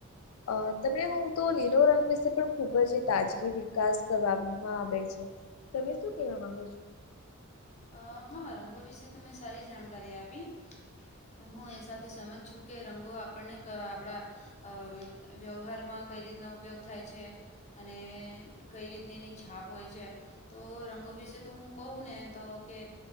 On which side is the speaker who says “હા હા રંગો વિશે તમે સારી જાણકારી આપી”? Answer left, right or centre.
Left